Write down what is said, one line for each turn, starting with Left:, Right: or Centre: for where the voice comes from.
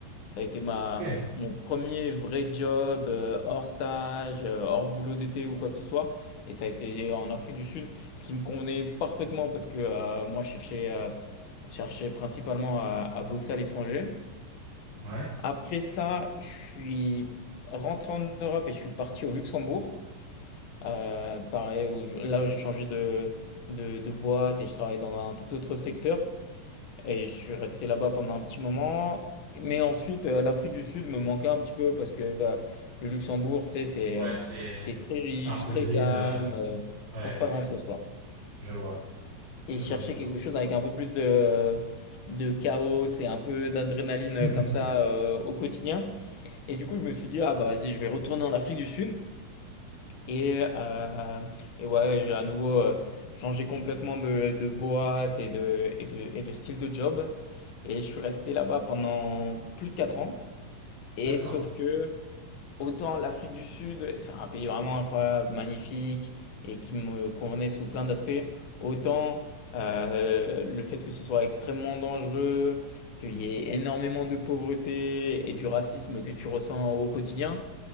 Left: Ça a été ma,
Right: Ok,
Left: mon premier vrai job euh, hors stage, euh, hors boulot d'été ou quoi que ce soit. Et ça a été en Afrique du Sud, ce qui me convenait parfaitement parce que euh, moi je cherchais, euh, je cherchais principalement à, à bosser à l'étranger.
Right: ouais,
Left: Après ça, je suis rentré en Europe et je suis parti au Luxembourg. Euh, pareil, où je- là, j'ai changé de, de, de boîte et je travaille dans un tout autre secteur. Et je suis resté là-bas pendant un petit moment. Mais ensuite, euh, l'Afrique du Sud me manquait un petit peu parce que euh, le Luxembourg, tu sais, c'est
Right: ouais,
Left: euh,
Right: c'est
Left: c'est très riche,
Right: c'est un peu
Left: très
Right: vide.
Left: calme.
Right: euh,
Left: euh, il
Right: Ouais,
Left: se passe
Right: ok,
Left: pas grand-chose, quoi.
Right: je vois, je
Left: Et je
Right: vois,
Left: cherchais
Right: je vois.
Left: quelque chose avec un peu plus de, de chaos et un peu d'adrénaline
Right: <laughs>
Left: euh, comme ça euh, au quotidien. Et du coup, je me suis dit, ah bah vas-y, je vais retourner en Afrique du Sud. Et, euh, et ouais, j'ai à nouveau euh, changé complètement de, de boîte et de, et de, et de style de job. Et je suis resté là-bas pendant plus de 4 ans. Et
Right: D'accord.
Left: sauf que, autant l'Afrique du Sud, c'est un pays vraiment incroyable, magnifique, et qui me convenait sous plein d'aspects, autant euh, le fait que ce soit extrêmement dangereux, qu'il y ait énormément de pauvreté et du racisme que tu ressens au quotidien,